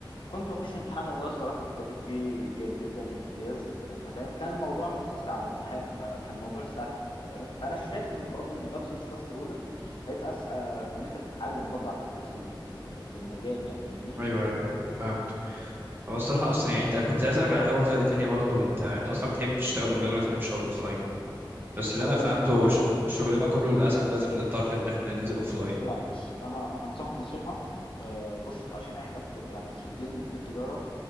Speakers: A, on the left; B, on the right.
A: كنت بخش امتحان والله الصراحة كنت بجيب فيه جيد جدا وامتياز انت فاهم كان الموضوع مقتصر على الامتحان فكان الموضوع سهل انت فاهم فانا شايف ان برضه نفس مستوى السهولة هيبقى في, آه، في ان انت تتعلم برضه على فكرة في ال- في ال- في المجال يعني فاهمني
B: ايوه ايوه, أيوة. فهمت هو الصراحة أصلا يعني أنت كنت عايز أسألك على حوار تانية برضو أنت أنت أصلا بتحب تشتغل أونلاين ولا بتحب تشتغل أوفلاين بس اللي
A: والله
B: أنا فهمته
A: الصراحة
B: ش- شغلنا كله للأسف لازم نضطر إن إحنا ننزل أوفلاين
A: لا بص انا هنصحك نصيحة آه، بص عشان احنا في كل- يعني خريجين من كلية تجارة